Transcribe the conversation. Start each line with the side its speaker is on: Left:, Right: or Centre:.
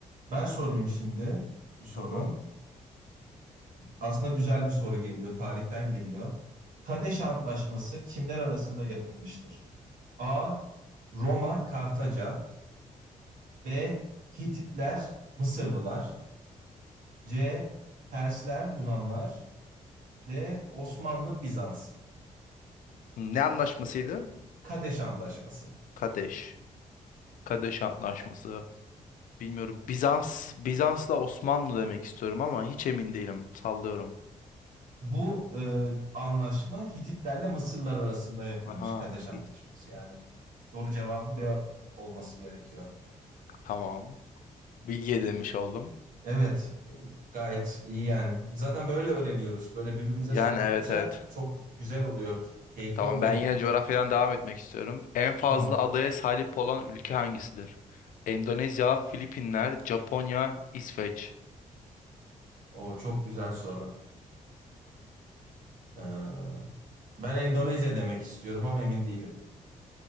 Right: ben sorayım şimdi bir soru.
Left: Tamam.
Right: Aslında güzel bir soru geliyor, tarihten geliyor. Kadeş Antlaşması kimler arasında yapılmıştır? A. Roma, Kartaca. B. Hititler, Mısırlılar. C. Persler, Yunanlar. D. Osmanlı, Bizans.
Left: Ne anlaşmasıydı?
Right: Kadeş Antlaşması.
Left: Kadeş. Kadeş Antlaşması. Bilmiyorum. Bizans, Bizans'la Osmanlı demek istiyorum ama hiç emin değilim. Sallıyorum.
Right: Bu e, anlaşma Hititlerle Mısırlar arasında yapılmış
Left: Aha.
Right: Kadeş Antlaşması.
Left: Hitit.
Right: Yani doğru cevabın B olması gerekiyor.
Left: Tamam. Bilgi edinmiş oldum.
Right: Evet, e, gayet iyi yani. Zaten böyle öğreniyoruz. Böyle birbirimize
Left: Yani
Right: sordukça
Left: evet evet.
Right: çok güzel oluyor, keyifli
Left: Tamam
Right: oluyor
Left: ben
Right: hem.
Left: yine coğrafyadan devam etmek istiyorum. En fazla
Right: Tamam.
Left: adaya sahip olan ülke hangisidir? Endonezya, Filipinler, Japonya, İsveç.
Right: O çok güzel soru. Ee, ben Endonezya demek istiyorum ama emin değilim.